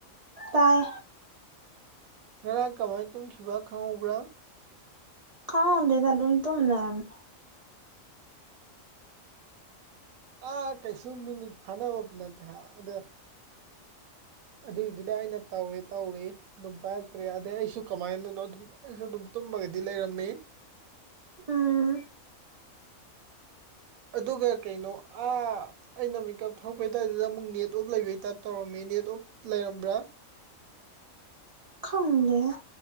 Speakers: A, on the right; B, on the right.
A: ꯇꯥꯏ
B: ꯉꯔꯥꯡ ꯀꯃꯥꯏ ꯇꯨꯝꯈꯤꯕ ꯈꯪꯍꯧꯕ꯭ꯔꯥ
A: ꯈꯪꯍꯧꯗꯦꯗ ꯑꯗꯨꯝ ꯇꯨꯝ ꯂꯩꯔꯝꯃꯦ
B: ꯑꯥ ꯀꯩꯁꯨ ꯃꯤꯅꯤꯠ ꯐꯥꯅꯕ ꯅꯠꯇꯦ ꯑꯗ ꯑꯗꯨꯏꯗꯨꯗ ꯑꯩꯅ ꯇꯧꯔꯤ ꯇꯧꯔꯤ ꯑꯗꯨꯝ ꯄꯥꯏꯔꯛꯇ꯭ꯔꯦ ꯑꯗꯩ ꯑꯩꯁꯨ ꯀꯃꯥꯏꯅꯗꯅꯣ ꯑꯗꯨꯝ ꯑꯩꯁꯨ ꯑꯗꯨꯝ ꯇꯨꯝꯃꯒꯗꯤ ꯂꯩꯔꯝꯃꯤ
A: ꯎꯝ
B: ꯑꯗꯨꯒ ꯀꯩꯅꯣ ꯑ ꯑꯩꯅ ꯃꯤꯀꯞ ꯊꯧꯔꯛꯄꯩꯇꯥꯏꯗꯨꯗ ꯑꯃꯨꯛ ꯅꯦꯠ ꯅꯦꯠ ꯑꯣꯞ ꯂꯩꯕꯩ ꯇꯥꯏꯞ ꯇꯧꯔꯝꯃꯤ ꯅꯦꯠ ꯑꯣꯞ ꯂꯩꯔꯝꯕ꯭ꯔꯥ
A: ꯈꯪꯗꯦꯗ